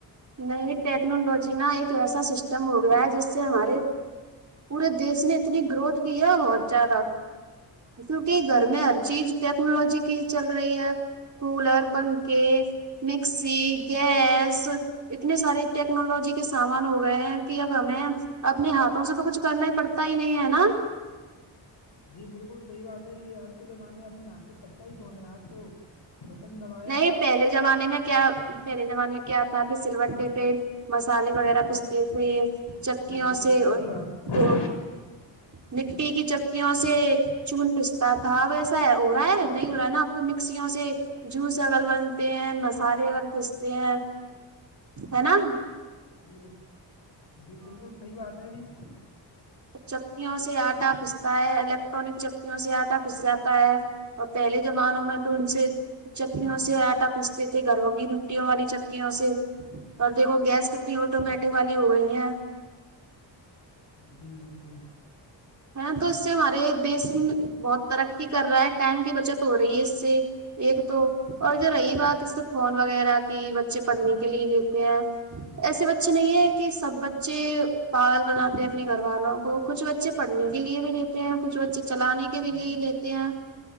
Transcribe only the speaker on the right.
نہیں ٹیکنالوجی نا ایک ایسا سسٹم ہو گیا ہے جس سے ہمارے پورے دیش نے اتنی گروتھ کی ہے بہت زیادہ کیونکہ گھر میں ہر چیز ٹیکنالوجی کی چل رہی ہے کولر پنکھے مکسی گیس اتنے سارے ٹیکنالوجی کے سامان ہو گئے ہیں کہ اب ہمیں اپنے ہاتھوں سے تو کچھ کرنا ہی پڑتا ہی نہیں ہے نا
نہیں پہلے زمانے میں کیا پہلے زمانے میں کیا آتا کہ سلور ے پہ مسالے وغیرہ پستے تھے چکیوں
سے
وہ
مٹی کی چپ مکوں سے چن پستا تھا ویسا ہے ہو رہا ہے نہیں ہو رہا ہے نا آپ کو مکسیوں سے جوس اگر بنتے ہیں مسالے اگرگر پیستے ہیں ہے نا
چکی ہوں سے آٹا پستا ہے الیکٹرانک چکی ہوں سے آٹا پس جاتا ہے اور پہلے زمانوں میں تو ان سے چکیوں سے آٹا پوچتے تھے گرووں کی لکوں والی چکیوں سے اور دیکھو گیس کتنی آٹومیٹک والی ہو گئی ہیں
ہ تو اس سے ہمارے دیس بہت ترقی کر رہا ہے ٹائم کی بچت ہو رہی ہے اس سے ایک تو اور جو رہی بات اس تو فون وغیرہ کی بچے پڑھنے کے لیے لیتے ہیں ایسے بچے نہیں ہے کہ سب بچے پاگل بناتے اپنے گھر والوں کو کچھ بچے پڑھنے کے لیے بھی لیتے ہیں کچھ بچے چلانے کے بھی
لیے
لیتے ہیں